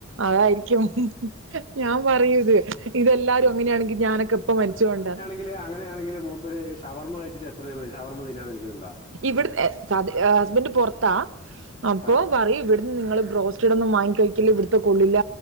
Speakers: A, on the right; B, on the left.
A: അതായിരിക്കും ഞാൻ പറയൂത് ഇതെല്ലാരും അങ്ങനെയാ ണെങ്കിൽ ഞാനൊക്കെപ്പൊ മരിചൊണ്ട
B: യെങ്കില് അങ്ങനെയാണെങ്കിൽ മൂപ്പര് ശവർമ്മ കഴിച്ചിട്ട് എത്രയോപേര് ശവർമ തിന്നാ തിരിക്കുന്നുണ്ടോ
A: ഇവിടെ ഹസ്ബൻഡറ് പുറത്താ അപ്പൊ
B: ആ
A: പറയും ഇവിടെ നിങ്ങള് ബ്രോസ്റ്റഡ് ഒന്നും വാങ്ങിക്ക ഴിക്കല് ഇവിടത്തെ കൊള്ളില്ല